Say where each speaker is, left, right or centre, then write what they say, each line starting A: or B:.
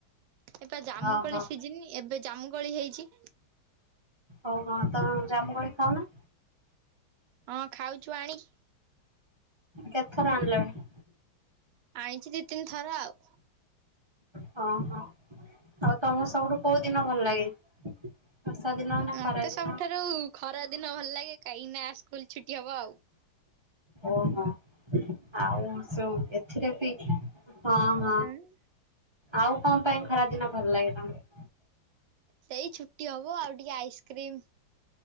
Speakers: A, on the right; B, on the right.
A: ଏବେ ଜାମୁକୋଳି
B: ଓହୋ
A: ସିଜିନି, ଏବେ ଜାମୁକୋଳି ହେଇଛି।
B: ଓହୋ। ତମେ ଜାମୁକୋଳି ଖାଉନ?
A: ହଁ ଖାଉଛୁ ଆଣିକି।
B: କେତେଥର ଆଣିଲଣି?
A: ଆଣିଛି ଦି ତିନି ଥର ଆଉ।
B: ହଁ, ହଁ। ଆଉ ତମକୁ ସବୁଠୁ କୋଉ ଦିନ ଭଲ ଲାଗେ? ବର୍ଷା ଦିନ ନା
A: ମତେ
B: ଖରା ଦିନ
A: ସବୁଠାରୁ ଖରା ଦିନ ଭଲ ଲାଗେ କାହିଁକିନା ସ୍କୁଲ ଛୁଟି ହବ ଆଉ।
B: ଓହୋ। ଆଉ ସବୁ ଏଥିରେ ବି ହଁ। ହଁ,
A: ଆଉ।
B: ଆଉ କଣ ପାଇଁ ଖରା ଦିନ ଭଲ ଲାଗେ ତମକୁ?
A: ସେଇ ଛୁଟି ହବ ଆଉ ଟିକେ ଆଇସ୍କ୍ରିମ୍